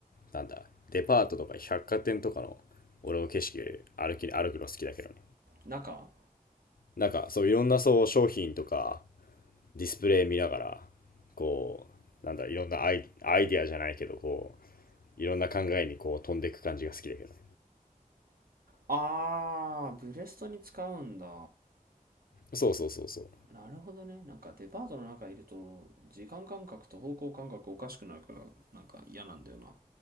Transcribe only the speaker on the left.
なんだ、デパートとか百貨店とかの、俺の景色歩き、歩くの好きだけどね。
なんか、そう、いろんなそう、商品とか、ディスプレイ見ながら、こう、なんだ、いろんなアイアイディアじゃないけど、こう、いろんな考えにこう飛んでいく感じが好きだけどね。
そうそうそうそう。